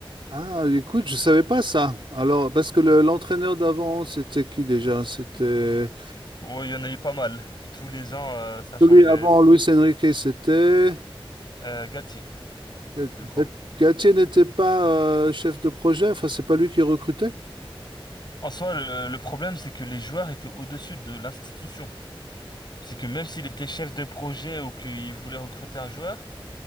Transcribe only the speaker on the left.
Oh, il y en a eu pas mal. Tous les ans, euh, ça changeait.
Euh, Galtier,
je crois.
En soi, le, le problème, c'est que les joueurs étaient au-dessus de l'institution. C'est que même s'il était chef de projet ou qu'il voulait recruter un joueur,